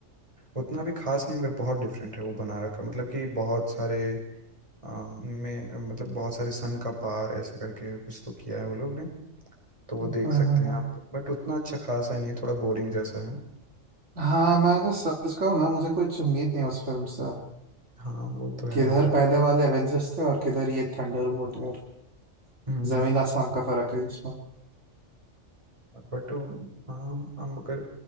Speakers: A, on the right; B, on the right.
A: उतना भी खास नहीं मगर बहुत डिफरेंट है वो बना रखा मतलब कि बहुत सारे आ, उनमें अ, मतलब बहुत सारे सन का पार ऐसे करके कुछ तो किया है वो लोग ने तो वो
B: हम्म
A: देख सकते
B: हम्म
A: हैं
B: हम्म।
A: आप बट उतना अच्छा खास है नहीं थोड़ा बोरिंग जैसा है
B: हाँ मैं अगर सच कहूँ ना मुझे कुछ उम्मीद नहीं है उस फिल्म से
A: हाँ वो तो है
B: किधर
A: यार
B: पहले वाले एवेंजर्स थे और किधर ये थंडरबोल्ट यार
A: हम्म
B: जमीन आसमान का फर्क है इसमें
A: बट हाँ हम अगर